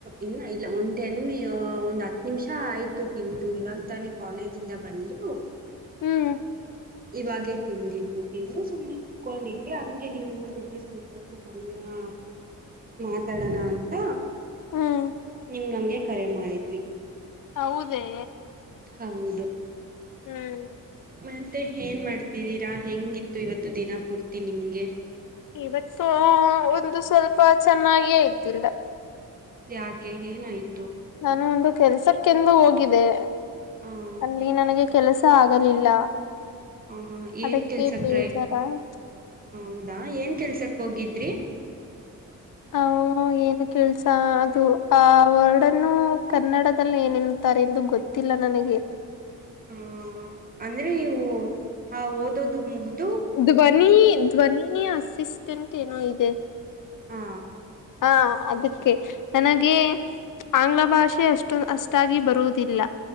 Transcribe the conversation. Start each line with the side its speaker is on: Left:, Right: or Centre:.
Right: ಇ ಇಲ್ಲ ಒಂದ್ ಎೆ ಒಂದ್ ಹತ್ ನಿಮಿಷ ಆಯ್ತು ತಿಂದು ಇವಾಗ ತಾನ ಕಾಲೇಜಿಂದ ಬಂದು
Left: ಹ್ಮ್
Right: ಇವಾಗೇ ತಿಂದಿದ್ದು ತಿಂದು ಸುಮ್ಮನೆ ಕುತ್ಕೊಂಡಿದ್ವಿ ಹಂಗೆ ನಿಮ್ಮ ಜೊಗೆ ಸ್ವಲ್ಪತ್ತು ಸಮಮ್ಮಯ ಮಾತಾಡೋಣ ಅಂತ
Left: ಹ್ಮ್
Right: ಹಿಂಗಂಗೆ ಕರೆ ಮಾಡಿದ್ವಿ
Left: ಹೌದೇ
Right: ಹೌದು
Left: ಹ್ಮ್
Right: ಮತ್ತೆ ಏನ್ ಮಾಡ್ತಿದ್ದೀರಾ ಹೆಂಗಿತ್ತು ಇವತ್ತು ದಿನ ಪೂರ್ತಿ ನಿಮ್ಗೆ
Left: ಇವತ್ತು ಒಂದು ಸ್ವಲ್ಪ ಚೆನ್ನಾಗಿಯೇ ಇದ್ದಿಲ್ಲ
Right: ಯಾಕೆ ಏನಾಯ್ತು
Left: ನಾನು ಒಂದು ಕೆಲ್ಸಕ್ಕೆಂದು ಹೋಗಿದೆೆ
Right: ಆ
Left: ಅಲ್ಲಿ ನನಗೆ ಕೆಲಸ ಆಗಲಿಲ್ಲ
Right: ಹಹಾ ಏನ್
Left: ಅದಕ್ಕೆ
Right: ಕೆಲ್ಸಕ್ರೈ
Left: ಬೇಜಾರಾಯ್ತು
Right: ಹೌದಾ ಏನ್ ಕೆಲ್ಸಕ್ ಹೋಗಿದ್ರಿ
Left: ಹ ಏನು ಕೆಲ್ಸ ಅದು ಆ ವರ್ಡನ್ನು ಕನ್ನಡದಲ್ಲಿ ಏನನ್ ಾರೆಂದು ಗೊತ್ತಿಲ್ಲ ನನಗೆ
Right: ಹ ಅಂದ್ರೆ ನೀವು ಆ ಓದೋದು ಮುಗ್ದ
Left: ಧ್ವನಿ ಧ್ವನಿ ಅಸಿಸ್ಟೆಂಟ್ ಏನೋ ಇದೆ
Right: ಹಾ
Left: ಹಾ ಅದಕ್ಕೆ ನನಗೆ ಆಂಗ್ಲ ಭಾಷೆ ಅಷ್ಟೊ ಅಷ್ಟಾಗಿ ಬರುವುದಿಲ್ಲ